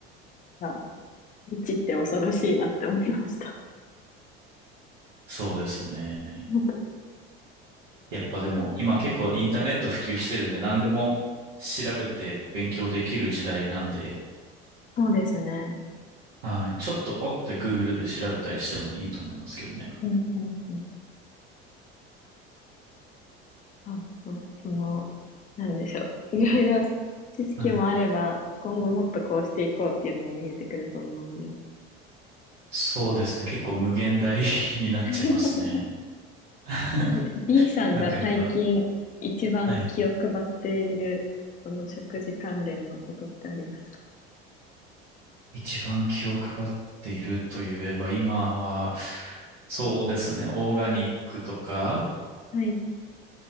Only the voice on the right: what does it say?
そうですね。
やっぱでも、今結構インターネット普及してるんで、何でも調べて勉強できる時代なんで、
はい。ちょっとポッて Google で調べたりしてもいいと思いますけどね。
はい。
そうですね。結構無限大 <laughs> になっちゃいますね。
<laughs>
なんかやっぱ、はい。
一番気を配っているといえば、今は、そうですね、オーガニックとか、